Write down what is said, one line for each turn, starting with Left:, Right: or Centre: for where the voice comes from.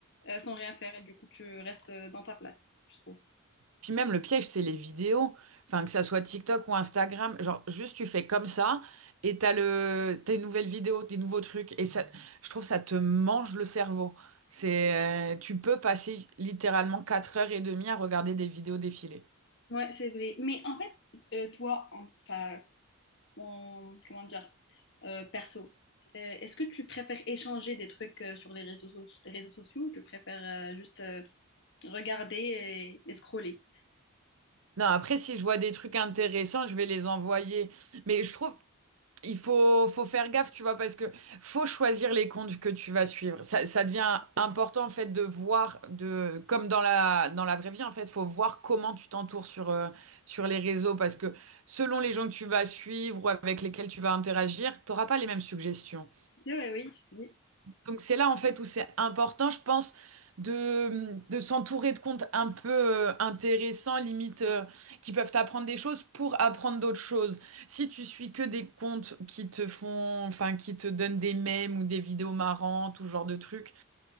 Left: euh, sans rien faire et du coup, tu restes euh, dans ta place, je trouve.
Right: Puis même le piège, c'est les vidéos. Enfin, que ça soit TikTok ou Instagram, genre juste tu fais comme ça et t'as le, t'as une nouvelle vidéo, des nouveaux trucs. Et ça, je trouve ça te mange le cerveau. C'est, euh, tu peux passer littéralement 4 heures et demie à regarder des vidéos défiler.
Left: Ouais, c'est vrai. Mais en fait, euh, toi, en- enfin, en- comment dire, euh, perso, euh, est-ce que tu préfères échanger des trucs euh, sur les réseaux, so- les réseaux sociaux ou tu préfères euh, juste euh, regarder et, et scroller?
Right: Non, après, si je vois des trucs intéressants, je vais les envoyer. Mais je trouve, Il faut, faut faire gaffe, tu vois, parce que faut choisir les comptes que tu vas suivre. Ça, ça devient important, en fait, de voir, de, comme dans la, dans la vraie vie, en fait, faut voir comment tu t'entoures sur, euh, sur les réseaux, parce que selon les gens que tu vas suivre ou avec lesquels tu vas interagir, t'auras pas les mêmes suggestions.
Left: Oui, oui, oui,
Right: Donc c'est là en fait où c'est important, je pense, de, de s'entourer de comptes un peu euh, intéressants, limite, euh, qui peuvent t'apprendre des choses pour apprendre d'autres choses. Si tu suis que des comptes qui te font, enfin, qui te donnent des mèmes ou des vidéos marrantes ou ce genre de trucs,